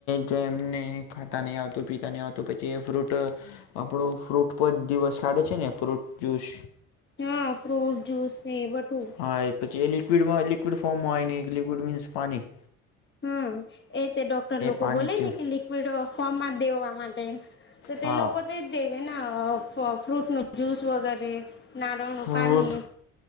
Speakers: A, on the left; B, on the left.
A: જેમ ખાતા નહી આવતું પીતા ન આવતું પછી ફ્રૂટ આપણું ફ્રૂટ પર દિવસ સાડે છે ને ફ્રૂટ જ્યુસ
B: હા ફ્રૂટ જૂસ એ બધું
A: હા એ પછી એ લિકડમાં લિક્વિડ ફોર્મમાં હોય ને લિકવિડ મીન્સ પાની
B: હમ એ તે ડોક્ટર લોકો
A: પાણી
B: બોલે
A: છે
B: ને કે લિક્વિડ ફોર્મ માં જ દેવા માટે તો
A: હા
B: તે લોકો તે જ દેવે ના ફ્રૂટ ન જ્યુસ વગેરે નારણ
A: ફ્રૂટ
B: પાણી